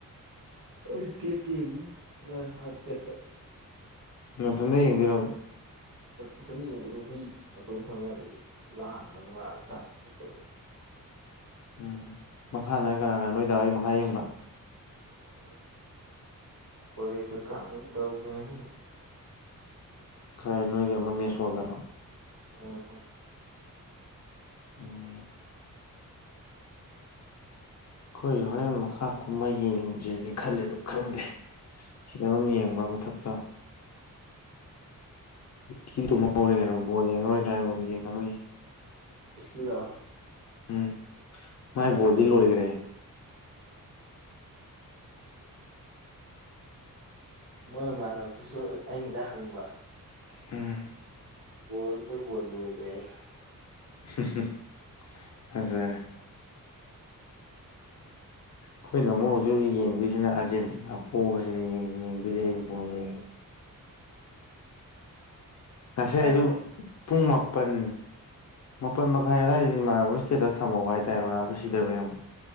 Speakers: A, on the right; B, on the left.
A: ꯑꯩꯗꯤ ꯇꯦꯞ ꯇꯦꯞꯇ ꯌꯦꯡꯗꯣꯏꯅꯤ ꯑꯥꯏ ꯄꯦꯠꯇ꯫
B: ꯅꯊꯟꯗ ꯌꯦꯡꯗꯣꯏꯔꯣ꯫
A: ꯏꯊꯟ ꯌꯦꯡꯗꯣꯏꯅꯦ ꯍꯨꯏ ꯃꯇꯣꯟ ꯊꯝ ꯌꯥꯗꯦ ꯂꯥꯡꯕꯗ <unintelligible>
B: ꯎꯝ ꯃꯈꯥ ꯅ ꯀꯅꯥ ꯀꯅꯥ ꯅꯣꯏ ꯗꯥꯋꯥꯏ ꯃꯈꯥ ꯌꯦꯡꯕ꯫
A: <unintelligible> ꯄꯣꯖꯦꯛꯛꯇ ꯀꯥꯝ ꯏ ꯇꯧ ꯉꯁꯤꯗꯤ꯫
B: ꯈꯥꯏ ꯅꯣꯏꯒꯤ ꯑꯃ ꯃꯤ ꯁꯣꯜꯗꯔꯣ꯫
A: ꯑꯣ
B: ꯎꯝ ꯑꯩꯈꯣꯏ ꯍꯣꯔꯦꯟ ꯃꯈꯥ ꯀꯨꯝꯕ ꯌꯦꯡꯁꯤꯦꯗꯤ ꯈꯜꯂꯦ ꯑꯗꯨ ꯈꯟꯗꯦ꯫ ꯁꯤꯗ ꯑꯗꯨꯝ ꯌꯦꯡꯕ ꯃꯊꯛꯇ ꯎꯤꯗꯨ ꯍꯧꯧꯔꯦ ꯀꯩꯅꯣ ꯃꯕꯣꯔ ꯌꯦꯡꯉꯔꯣꯏ ꯗ꯭ꯔꯥꯏꯚꯔꯗꯨ ꯌꯦꯡꯉꯔꯣꯏ꯫
A: <unintelligible> ꯀꯤꯔꯣ
B: ꯎꯝ ꯃꯥꯏ ꯕꯣꯜꯗꯤ
A: ꯑ ꯇꯨꯝꯃꯤ
B: ꯂꯣꯏꯈ꯭ꯔꯦ
A: ꯃꯣꯏꯃꯥꯟꯅꯕꯗꯨꯁꯨ ꯑꯩ ꯉꯁꯥꯏ ꯍꯪꯕ꯫
B: ꯎꯝ
A: ꯕꯣꯏ ꯃꯣꯏ ꯕꯣꯜꯅ ꯂꯣꯏꯒꯔꯦ
B: ꯍꯨꯝ ꯍꯨꯝ ꯐꯖꯔꯦ꯫ ꯑꯩꯈꯣꯏꯅ ꯑꯃꯨꯛ ꯍꯧꯖꯤꯛ
A: ꯅꯨꯡ
B: ꯍꯧꯖꯤꯛ ꯌꯦꯡꯗꯣꯏꯁꯤꯅ ꯑꯥꯔꯖꯦꯟꯇꯤꯅꯥ ꯄꯣꯛꯑꯕꯁꯤꯅ ꯌꯦꯡꯗꯣꯏꯁꯦ ꯑꯩ ꯑꯗꯨ
A: ꯎꯝ
B: ꯃꯣꯏ ꯌꯦꯡꯉꯦ꯫ ꯉꯁꯤ
A: ꯑ
B: ꯑꯩꯁꯨ ꯄꯨꯡ ꯃꯥꯄꯜ ꯃꯥꯄꯜ ꯃꯈꯥꯏ ꯑꯗꯨꯋꯥꯏꯁꯤ ꯏꯃꯥꯟꯅꯕ ꯁ꯭ꯇꯦꯇꯁ ꯊꯝꯍꯧꯕ ꯍꯥꯏꯇꯥꯔꯣ ꯅ ꯑꯗꯨ ꯁꯤꯗꯕ ꯌꯦ ꯑꯃꯨ